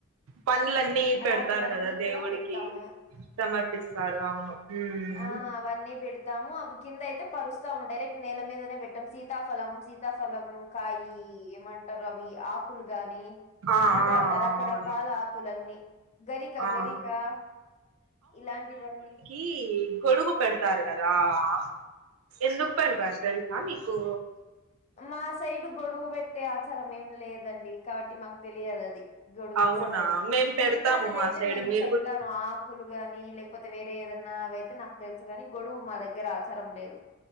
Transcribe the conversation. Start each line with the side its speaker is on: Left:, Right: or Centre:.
Right: పండ్లన్నీ పెడతారు
Left: అలాంటివన్నీ
Right: కదా దేవుడికి
Left: కూడా పెడతాము.
Right: సమర్పిస్తారు అవును ఉమ్
Left: ఆ అవన్నీ బెడ్ తాము అవి కింద అయితే పరుస్తాము డైరెక్ట్ నేల మీదనే పెట్టము సీతాఫలం సీతాఫలము కాయి ఏమంటారు అవి ఆకులు గాని
Right: ఆ ఆ ఆ
Left: ఇంకా అట్ల రకరకాల
Right: అవును
Left: ఆకులన్నీ గరిక
Right: ఆ ఆ
Left: గరికా ఇలాంటివన్నీ
Right: ఈ గొడుగు పెడతారు కదా ఆ ఎందుకు
Left: మ్మ్.
Right: పెడతార్‌ తెల్సా మీకు
Left: మా సైడ్ గొడుగు పెట్టే ఆచారం ఏం లేదండి కాబట్టి మాకు తెలియదు అది గొడుగు
Right: అవునా
Left: సంగతి
Right: మేం పెడతాము
Left: మిగతాటివి
Right: మా
Left: అయితే
Right: సైడ్
Left: నేను
Right: మీరు
Left: చెప్తాను
Right: కూడా
Left: ఆ <unintelligible> గాని లేకపోతే వేరే ఏదన్న అవి అయితే నాకు తెలుసు గాని గొడుగు మా దగ్గర ఆచారం లేదు